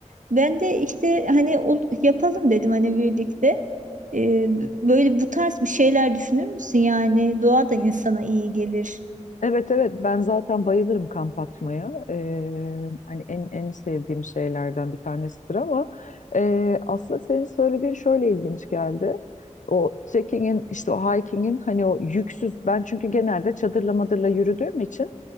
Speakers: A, on the right; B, on the left.
A: Ben de işte hani ol- yapalım dedim hani birlikte. Ee, böyle bu tarz bir şeyler düşünür müsün? Yani doğa da insana iyi gelir.
B: Evet evet ben zaten bayılırım kamp atmaya. Ee, hani en en sevdiğim şeylerden bir tanesidir ama e, aslında senin söylediğin şöyle ilginç geldi. O trekkingin işte o hikingin hani o yüksüz ben çünkü genelde çadırla madırla yürüdüğüm için